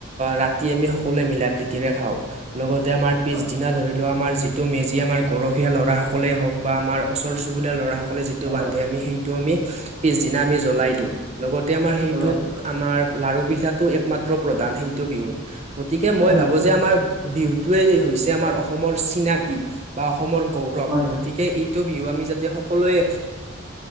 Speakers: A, on the right; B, on the right.
A: ৰাতি আমি সকলোৱে, মিলা প্ৰীতি ৰে খাওঁ। লগতে, আমাৰ
B: হয়।
A: পিছদিনা ধৰি লোৱা আমাৰ যিটো মেজি, আমাৰ গৰখীয়া ল'ৰাসকলেই হওক বা আমাৰ, ওচৰ চুবুৰীয়া ল'ৰাসকলে যিটো
B: হয়
A: বান্ধে।
B: হয়
A: আমি সেই আমি, পিছদিনা আমি জলাই দিওঁ। লগতে আমাৰ সেইটোত,
B: জ্বলাই দিওঁ
A: আমাৰ লাৰু পিঠাটো একমাত্ৰ প্ৰধান, সেইটো বিহুত। গতিকে
B: হয়
A: মই
B: হয়
A: ভাবো যে, আমাৰ বিহুটোৱে, হৈছে আমাৰ অসমৰ চিনাকি, বা অসমৰ গৌৰৱ।
B: হয়
A: গতিকে ই টো বিহু আমি যাতে সকলোৱে,